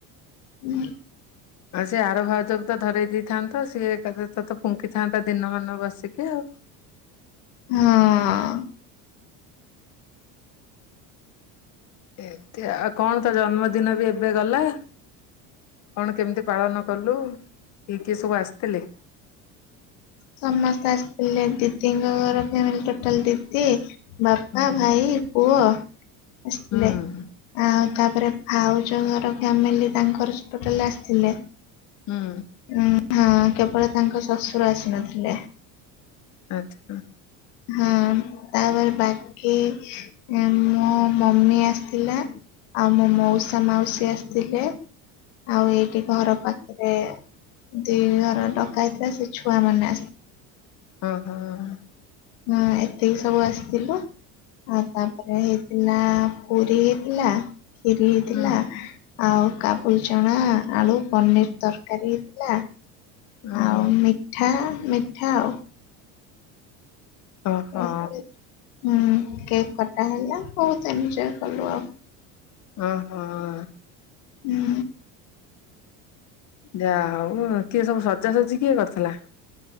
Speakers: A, on the left (about 85°); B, on the left (about 50°).
A: ହୁଁ
B: ଆଉ ସିଏ ଆର ଭାଉଜକୁ ତ ଧରେଇ ଦେଇଥାନ୍ତ ସିଏ ଏକା ଥରେ ତ ଫୁଙ୍କିଥାନ୍ତା ଦିନମାନ ବସିକି ଆଉ
A: ହଁ
B: ଏମତି ଆଉ କଣ ତା ଜନ୍ମଦିନ ବି ଏବେ ଗଲା? କଣ କେମିତି ପାଳନ କଲୁ। କିଏ କିଏ ସବୁ ଆସିଥିଲେ?
A: ସମସ୍ତେ ଆସିଥିଲେ। ଦିଦିଙ୍କ ଘର ଫ୍ୟାମିଲି ଟୋଟାଲ ଦିଦି ବାପା,
B: ହୁଁ
A: ଭାଇ, ପୁଅ ଆସିଥିଲେ
B: ହୁଁ
A: ଆଉ ତାପରେ ଭାଉଜ ଘର ଫ୍ୟାମିଲି ତାଙ୍କର ସୁ ଟୋଟାଲ ଆସିଥିଲେ।
B: ହୁଁ
A: ଉ ହଁ କେବଳ ତାଙ୍କ ଶ୍ୱଶୁର ଆସି ନଥିଲେ।
B: ଆଚ୍ଛା ହ <inaudible>
A: ହଁ <inaudible> ତାପରେ ବାକି <unintelligible> ମୋ ମମି ଆସିଥିଲା। ଆଉ ମୋ ମଉସା <unintelligible> ମାଉସୀ ଆସିଥିଲେ। ଆଉ ଏଇଠି ଘର ପାଖରେ ଦି ଘର ଡକା ହେଇଥିଲା। ସେ ଛୁଆ ମାନେ ଆସିଥି
B: ଅଁ ହଁ
A: ହଁ ଏତିକି ସବୁ ଆସିଥିଲୁ। ଆଉ ତାପରେ ହେଇଥିଲା ପୁରୀ ହେଇଥିଲା ଖିରି ହେଇଥିଲା।
B: ହୁଁ
A: ଆଉ କାବୁଲି ଚଣା, ଆଳୁ, ପନିର ତରକାରୀ ହେଇଥିଲା।
B: ଓହୋ।
A: ଆଉ ମିଠା ମିଠା ଆଉ।
B: ଓହୋ।
A: ହୁଁ କେକ୍ କଟା ହେଲା ବହୁତ ଏନଜୟ କଲୁ ଆଉ।
B: ଅଁହଁ।
A: ହୁଁ।
B: ଯା ହଉ କିଏ ସବୁ ସଜାସଜି କିଏ କରିଥିଲା?